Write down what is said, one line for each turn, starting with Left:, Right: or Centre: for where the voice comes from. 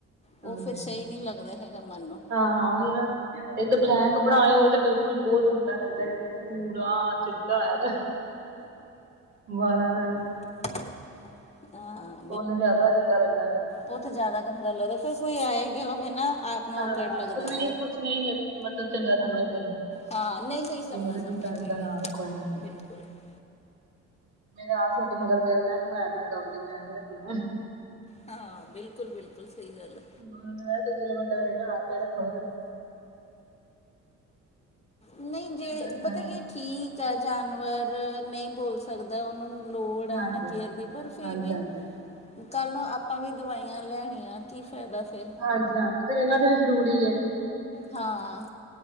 Left: ਉਹ
Right: ਹਾਂਜੀ।
Left: ਫਿਰ ਸਹੀ ਨਹੀਂ ਲੱਗਦਾ ਹੈਗਾ ਮਨ ਨੂੰ
Right: ਹਾਂ ਹਾਂ ਉਹੀ ਨਾ ਤੇ ਇੱਕ ਤਾਂ ਬਲੈਕ ਕੱਪੜਾ ਆਏ ਉਹ ਤੇ ਬਿਲਕੁਲ ਬਹੁਤ ਗੰਦਾ ਲੱਗਦਾ ਜ ਪੂਰਾ ਚਿੱਟਾ ਆਦਾ ਵਾਲਾਂ ਨਾਲ
Left: ਆ
Right: ਉਹਨੂੰ ਜ਼ਿਆਦਾ ਗੰਦਾ ਲੱਗਦਾ ਏ ਫਿਰ
Left: ਉਹ ਤਾਂ ਜੈਂਦਾ ਗੰਦਾ ਲੱਗਦਾ ਫੇਰ ਕੋਈ ਆਇਆ ਗਿਆ ਹੋਵੇ ਨਾ ਆਪ ਨੂੰ
Right: ਹਾਂ
Left: ਔਕਡ ਲੱਗਦਾ
Right: ਤੇ ਨਹੀਂ
Left: ਹੈ।
Right: ਕੁਛ ਨਹੀਂ ਮਤਲਬ ਚੰਗਾ ਸਮਝਦੇ।
Left: ਹਾਂ ਨਹੀਂ ਕੋਈ
Right: ਕਿ
Left: ਸਮਾ
Right: ਮਤਲਬ
Left: ਸਮਝ
Right: ਜਿਸ ਤਰ੍ਹਾਂ
Left: ਨਹੀਂ
Right: ਦਾ ਨਾਂ ਰੱਖੋ ਇਹਨਾਂ ਨੂੰ
Left: ਬਿਲਕੁਲ <unintelligible>
Right: ਮੇਰੇ ਆਪ ਛੋਟੁ ਮਗਰ ਪਿਆ ਮੈਂ ਕਿਆ ਤੂੰ ਐਂ ਮੇਰਾ ਡੋਗੀ ਮੈਂ ਰੱਖਣਾ।
Left: ਹਾਂ ਬਿਲਕੁਲ ਬਿਲਕੁਲ ਸਹੀ ਗੱਲ ਏ।
Right: ਹਾ ਮੈਂ ਜਿਸਲੇ ਦੇ <unintelligible> ਵੱਡਾ ਹੋ ਹੈਗਾ ਪਿਆ ਰੱਖ
Left: ਨਹੀਂ ਜੇ
Right: ਤੇ ਰੱਖਿਆ
Left: ਪਤਾ
Right: ਹੋਇਆ
Left: ਕੀ ਠੀਕ ਆ ਜਾਨਵਰ ਨਹੀਂ ਬੋਲ ਸਕਦਾ ਉਹਨੂੰ ਲੋੜ ਹੈ
Right: ਹਾਂਜੀ
Left: ਨਾ ਕੇਅਰ ਦੀ ਪਰ ਫੇਰ
Right: ਹਾਂਜੀ
Left: ਵੀ
Right: ਹਾਂਜੀ
Left: ਕੱਲ ਨੂੰ ਆਪਾਂ ਵੀ ਦਵਾਈਆਂ ਲੈਣੀਆਂ ਕੀ ਫਾਇਦਾ ਫੇਰ
Right: ਹਾਂਜੀ ਹਾਂਜੀ ਫੇਰ ਇਹਨਾਂ ਦੇ ਵੀ ਜ਼ਰੂਰੀ ਏ।
Left: ਹਾਂ